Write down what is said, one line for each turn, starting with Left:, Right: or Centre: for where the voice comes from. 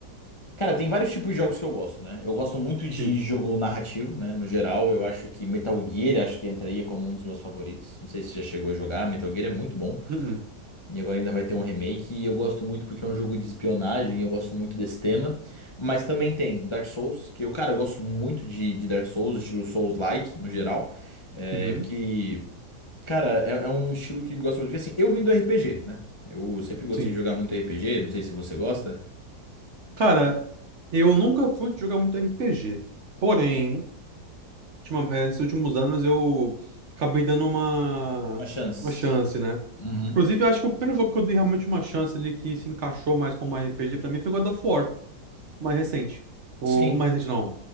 Left: cara, tem vários tipos de jogos que eu gosto, né? Eu gosto muito de
Right: Sim.
Left: jogo narrativo, né? No geral, eu acho que Metal Gear acho que entraria como um dos meus favoritos. Não sei se você já chegou a jogar, Metal Gear é muito bom.
Right: Uhum.
Left: E agora ainda vai ter um remake. E eu gosto muito porque é um jogo de espionagem, eu gosto muito desse tema. Mas também tem Dark Souls, que eu, cara, eu gosto muito de, de Dark Souls, estilo Souls-like, no geral. É,
Right: Uhum.
Left: porque. Cara, é, é um estilo que eu gosto muito. Porque assim, eu vim do RPG, né? Eu sempre gostei
Right: Sim.
Left: de jogar muito RPG, não sei se você gosta.
Right: Cara, eu nunca fui de jogar muito RPG. Porém, ultima- eh, nesses últimos anos eu acabei dando uma,
Left: Uma chance.
Right: uma chance, né?
Left: Uhum.
Right: Inclusive, eu acho que o primeiro jogo que eu dei realmente uma chance ali que se encaixou mais como RPG pra mim foi God of War. O mais recente. O,
Left: Sim.
Right: o mais recente, não.